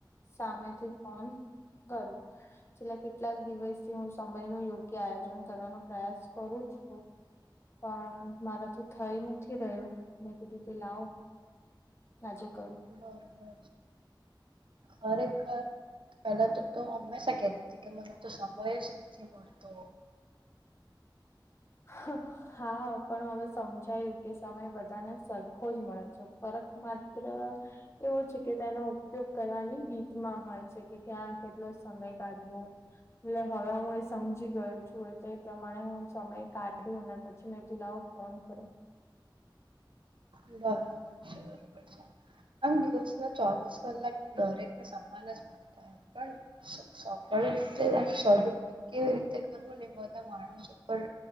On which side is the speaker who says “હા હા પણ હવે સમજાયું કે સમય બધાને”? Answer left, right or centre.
Left